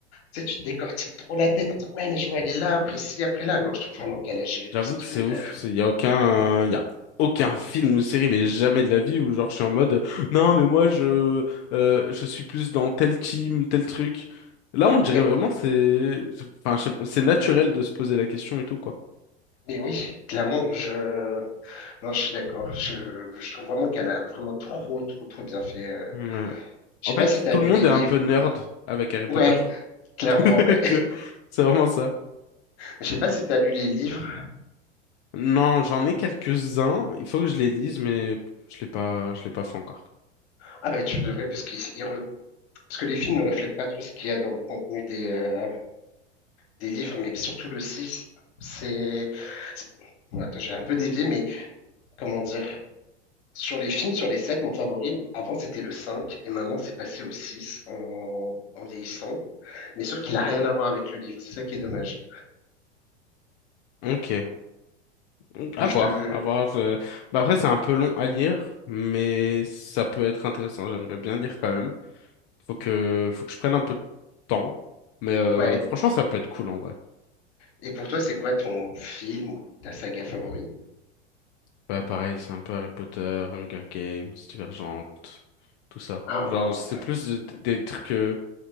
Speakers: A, on the left; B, on the left.
A: Tu sais, tu te décortiques trop la tête en disant, ouais, mais je veux aller là, après ci, après là. Non, je trouve vraiment qu'elle a géré
B: J'avoue
A: tout cet
B: que c'est
A: univers.
B: ouf. c'est- Il y a aucun, il y a aucun film ou série, mais jamais de la vie où genre je suis en mode non mais moi je euh, je suis plus dans tel team, tel truc. Là on dirait
A: Mais,
B: vraiment c'est, enfin je sais pas, c'est naturel de se poser la question et tout quoi.
A: mais oui, clairement, je, non, je suis d'accord. Je, je trouve vraiment qu'elle a vraiment trop, trop, trop bien fait. euh.
B: Ouais.
A: Je
B: En
A: sais
B: fait
A: pas si tu as
B: tout
A: lu
B: le monde
A: les livres
B: est un peu nerd
A: ou.
B: avec Harry
A: Ouais,
B: Potter.
A: clairement,
B: <laughs>
A: ouais.
B: Tu vois, C'est vraiment ça.
A: <laughs> Je sais pas si tu as lu les livres.
B: Non j'en ai quelques-uns. Il faut que je les lise mais je l'ai pas, je l'ai pas fait encore.
A: Ah bah tu devrais parce qu'ils Parce que les films ne reflètent pas trop ce qu'il y a dans le contenu des, euh, des livres, mais surtout le six, C'est. c'est- Bon, attends, j'ai un peu dévié, mais comment dire? Sur les films, sur les 7, mon favori, avant c'était le 5, et maintenant c'est passé au 6 en, en vieillissant. Mais sauf qu'il n'a rien à voir avec le livre, c'est ça qui est dommage.
B: Ok. Donc,
A: Mais
B: À voir,
A: je te.
B: à voir. je- Bah après, c'est un peu long à lire, mais ça peut être intéressant. J'aimerais bien lire quand même. Faut que, faut que je prenne un peu de temps. Mais euh,
A: Ouais.
B: franchement, ça peut être cool en vrai.
A: Et pour toi, c'est quoi ton film ou ta saga favorite?
B: Bah pareil, c'est un peu Harry Potter, Hunger Games, Divergente, tout ça.
A: Ah,
B: Genre, c'est plus de- des trucs euh,